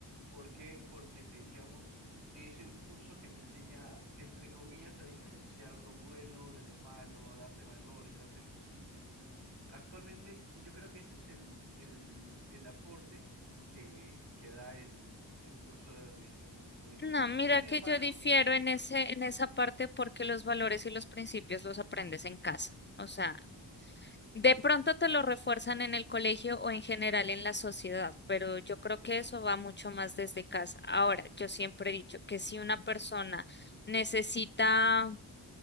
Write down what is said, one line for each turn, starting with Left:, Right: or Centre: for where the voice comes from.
Right: porque porque te digamos es el curso que te enseña entre comillas a diferenciar lo bueno de lo malo, a darte valores, darte principios. Actualmente, y yo creo que ese es el el, el aporte que, que da el, el curso de religión en el colegio.
Left: No, mira
Right: Sin
Left: que
Right: embargo,
Left: yo difiero
Right: sin,
Left: en ese, en esa parte porque los valores y los principios los aprendes en casa. O sea, De pronto te lo refuerzan en el colegio o en general en la sociedad, pero yo creo que eso va mucho más desde casa. Ahora, yo siempre he dicho que si una persona necesita